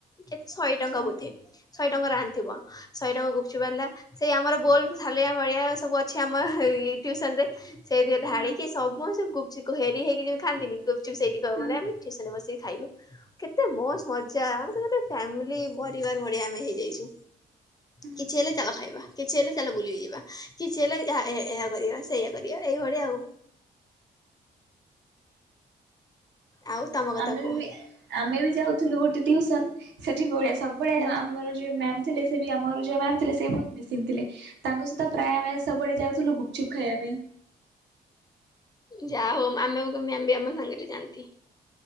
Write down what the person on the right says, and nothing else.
ଆଚ୍ଛା
ହଁ
ହଁ
ହଁ।
ଆମେ
ବି ଆମେ ବି ଯାଉଥିଲୁ ଗୋଟେ ଟିଉସନ୍ ସେଠି ହୁଏ ସବୁବେଳେ
ଆମର ଯୋଉ ମ୍ୟାମ୍ ଥିଲେ ସେ ବି ଆମର ଯୋଉ ମ୍ୟାମ୍ ଥିଲେ ସେ ବହୁତ ମିକ୍ସିଂ ଥିଲେ। ତାଙ୍କ ସହିତ ପ୍ରାୟ ଆମେ ସବୁବେଳେ ଯାଉଥିଲୁ ଗୁପ୍ ଚୁପ୍ ଖାଇବା ପାଇଁ।